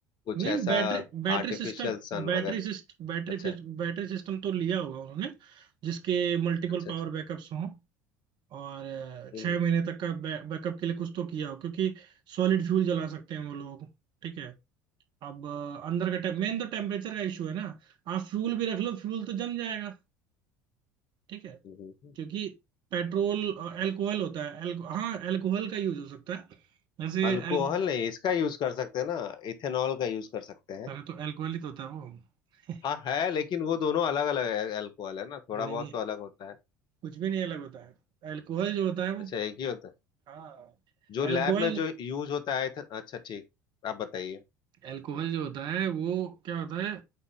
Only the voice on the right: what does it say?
नहीं
battery battery
system
बैटरी
सिस्ट बैटरी
फिस- battery system तो लिया होगा उन्होंने जिसके मल्टीपल
पावर
बैकअप्स हों और अ,
छह महीने तक का बै, बैकअप के लिए कुछ तो किया हो क्योंकि सॉलिड फ्यूल जला सकते हैं वो लोग ठीक है अब अ, अंदर का टेम मेन तो टेम्परेचर का इशू है ना आप फ्यूल भी रख लो फ्यूल तो जम जाएगा ठीक है
क्योंकि पेट्रोल और एल्कोहल होता है एल्को, हाँ एल्कोहल का यूज हो सकता है जैसे
एल
अरे तो एल्कोहल ही तो होता है वो <laughs>
नहीं
नहीं
कुछ भी नहीं अलग होता है अल्कोहल जो होता है वो
हाँ
अल्कोहल
अल्कोहल जो होता है वो क्या होता है